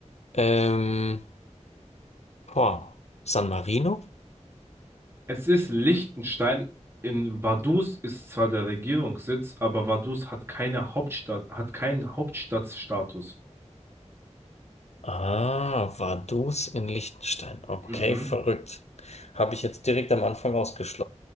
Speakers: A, on the left; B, on the right.
A: Ähm, boah, San Marino?
B: Es ist Liechtenstein. In Vaduz ist zwar der Regierungssitz, aber Vaduz hat keine Hauptstadt, hat keinen Hauptstadtstatus.
A: Ah, Vaduz in Liechtenstein. Okay,
B: Mhm.
A: verrückt. Habe ich jetzt direkt am Anfang ausgeschlossen.